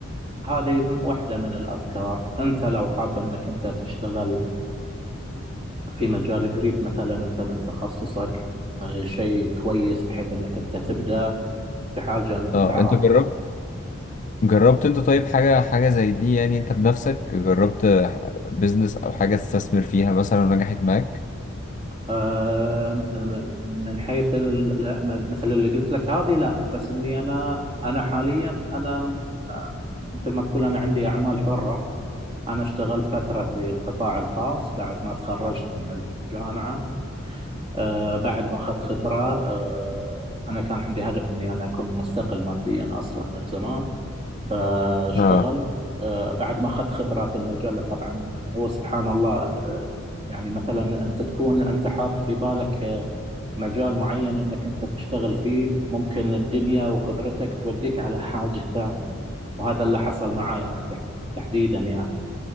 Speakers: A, on the right; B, on the left.
A: هذه واحدة من الافكار انت لو حاب انك انت تشتغل في مجال قريب مثلا انت من تخصصك آه، شيء كويس بحيث انك انت تبدأ في حاجة انت
B: اه
A: تعرفها
B: انت جربت جربت انت طيب حاجة حاجة زي دي يعني انت بنفسك جربت بيزنس او حاجة تستثمر فيها مثلا ونجحت معاك
A: آم، من حيث ال- لا، م- مثل اللي قلت لك هذه لا بس اني انا انا حاليا انا آه، مثل ما تقول انا عندي اعمال حره انا اشتغلت فتره في القطاع الخاص بعد ما تخرجت من الجامعه آه، بعد ما اخذت خبره آه، انا كان عندي هدف اني انا اكون مستقل ماديا اصلا من زمان فاشتغلت
B: اه
A: آه، بعد ما اخذت خبره في المجال طبعا هو سبحان الله آه، يعني مثلا انت تكون انت حاط في بالك مجال معين انك انت تشتغل فيه ممكن الدنيا وخبرتك توديك على حاجة ثانية وهذا اللي حصل معاي انا تح- تحديدا يعني